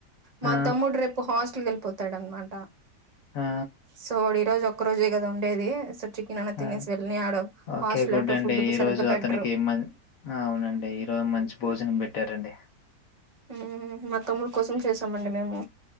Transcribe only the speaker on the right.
మా
తమ్ముడ రేప్ హస్ట్ అట్లు వెళ్ళిపోతాడన్నమాట
సో ఈ రోజు ఒక రోజే కదా ఉండేది చికెన్ అన్న తినేసి
వెళ్ళని ఆడ
హాస్టల్
అటు
ఫుడ్
సరిగ్గా పెట్టరు
మ్మ్ మా తమ్ముల కోసం చేసామండి మేము